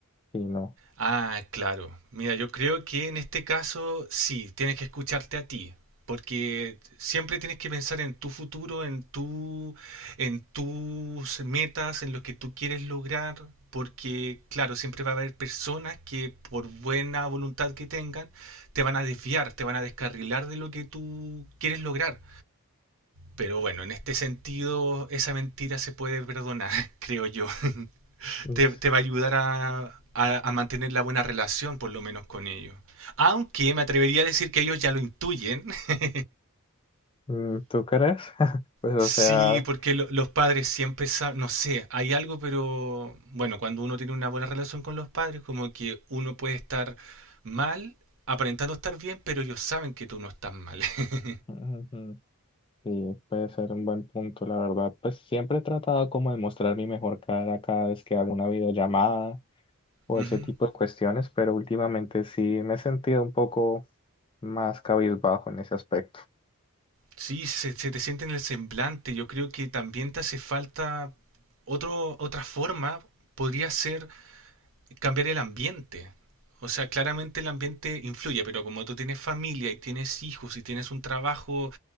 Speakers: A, on the left; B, on the right.
A: y no.
B: Ah, claro. Mira, yo creo que en este caso sí, tienes que escucharte a ti, porque siempre tienes que pensar en tu futuro, en tu, en tus metas, en lo que tú quieres lograr, porque claro, siempre va a haber personas que por buena voluntad que tengan, te van a desviar, te van a descarrilar de lo que tú quieres lograr. Pero bueno, en este sentido, esa mentira se puede perdonar, <laughs> creo yo
A: Mm,
B: te, te va a ayudar a, a- a mantener la buena relación, por lo menos con ellos. Aunque me atrevería a decir que ellos ya lo intuyen. <laughs>
A: mm, ¿Tú crees? <laughs> Pues o
B: Sí,
A: sea...
B: porque lo- los padres siempre saben, no sé, hay algo, pero bueno, cuando uno tiene una buena relación con los padres, como que uno puede estar mal, aparentando estar bien, pero ellos saben que tú no estás mal. <laughs>
A: Ujú. Sí, puede ser un buen punto, la verdad. Pues siempre he tratado como de mostrar mi mejor cara cada vez que hago una videollamada o
B: Ujú.
A: ese tipo de cuestiones, pero últimamente sí me he sentido un poco más cabizbajo en ese aspecto.
B: Sí, se, se te siente en el semblante. Yo creo que también te hace falta otro, otra forma. Podría ser cambiar el ambiente. O sea, claramente el ambiente influye, pero como tú tienes familia y tienes hijos y tienes un trabajo,